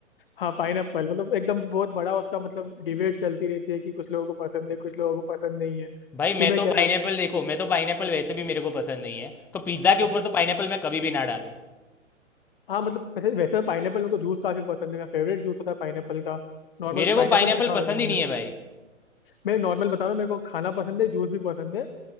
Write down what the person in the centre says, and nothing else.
भाई मैं
तो
पाइनएप्पल
देखो मैं तो पाइनएप्पल वैसे भी मेरे को पसंद नहीं है तो पिज़्ज़ा
के ऊपर
तो पाइनएप्पल मैं कभी भी ना डालूँ
मेरे को
पाइनएप्पल
पसंद
ही
नहीं है भाई